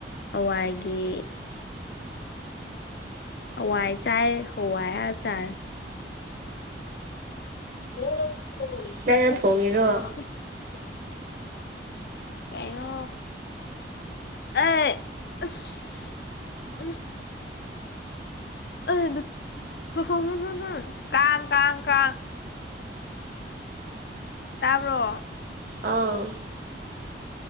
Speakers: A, on the left; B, on the right.
A: ꯍꯋꯥꯏꯒꯤ ꯍꯋꯥꯏ ꯆꯥꯏ ꯍꯋꯥꯏ ꯍꯥꯏꯕ ꯇꯥꯔꯦ ꯑꯣꯍꯣ ꯑꯁ
B: ꯅꯪꯅ ꯊꯣꯡꯉꯤꯔꯣ
A: ꯋꯥ ꯀꯩꯅꯣ ꯑꯩ ꯑꯁ ꯎꯝ ꯑ ꯗꯨ <unintelligible> ꯀꯥꯡ ꯀꯥꯡ ꯀꯥꯡ ꯇꯥꯕ꯭ꯔꯣ
B: ꯑꯧ